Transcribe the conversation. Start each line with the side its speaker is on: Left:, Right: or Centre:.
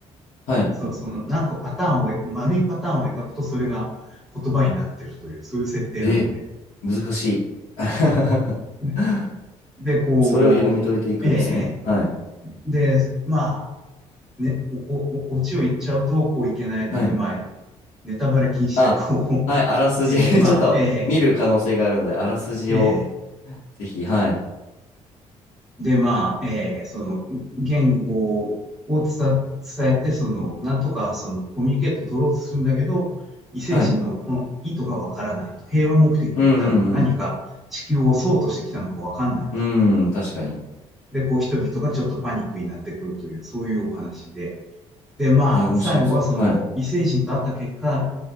Left: はい。
Centre: そう、その、なんかパターンを、丸いパターンを描くと、それが言葉になってるという、そういう設定なので。
Left: えー、難しい。<laughs>
Centre: ねで、こう、
Left: それを読み解いていくんですね。
Centre: ええ
Left: はい。
Centre: で、まあ、ね、お、お、お、オチを言っちゃうと、こういけないので、
Left: はい。
Centre: まあ、ネタバレ禁止で、
Left: あ、
Centre: こう、
Left: はい。あらすじ
Centre: <laughs> ええまあ、
Left: <laughs> ちょっと見る可能性があるので、
Centre: ええ
Left: あらすじを
Centre: ええ
Left: ぜひ。はい。
Centre: で、まあ、えーその、言語を伝、伝えて、その、なんとか、その、コミュニケートを取ろうとするんだけど、異星人のこの意図がわからないと。
Left: はい。
Centre: 平和目的で来たのか、
Left: うんうん
Centre: 何か地球を襲おうとしてきたのかわかんないと。
Left: うん。うん、確かに。
Centre: で、こう、人々がちょっとパニックになってくるという、そういうお話で。で、まあ、
Left: えー、面白そう。
Centre: 最後はその、
Left: はい。
Centre: 異星人と会った結果、